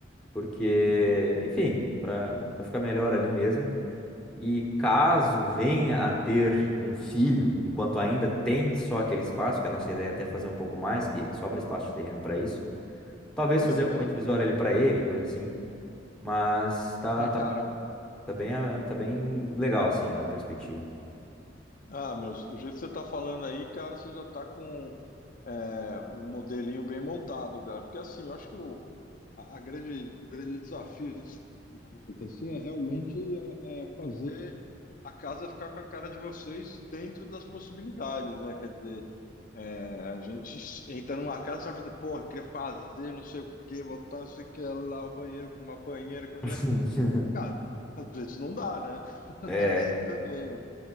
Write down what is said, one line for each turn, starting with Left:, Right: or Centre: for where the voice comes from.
Centre: porque,
Left: Uhum.
Centre: enfim, para ficar melhor ali mesmo. E caso venha a ter um filho, enquanto ainda tem só aquele espaço, que a nossa ideia é até fazer um pouco mais, que sobra espaço de terreno para isso, talvez fazer
Left: Aham.
Centre: alguma divisória ali para ele, coisa assim. Mas tá,
Left: Na
Centre: tá,
Left: cara.
Centre: tá bem, ah, tá bem legal assim a perspectiva.
Left: Ah, meus, do jeito que você tá falando aí, cara, você já tá com é, um modelinho bem montado, cara. Porque assim, eu acho que o, a, a grande, o grande desafio desse momento assim, é realmente é, é fazer a casa ficar com a cara de vocês dentro das possibilidades, né? Quer dizer, é, a gente entra numa casa e vai fazer, porra, eu queria fazer não sei o que, botar não sei o que lá, o banheiro com uma banheira, com... não
Centre: <laughs>
Left: sei o quê." cara, às vezes não dá, né? <laughs>
Centre: É,
Left: Não É assim também, né?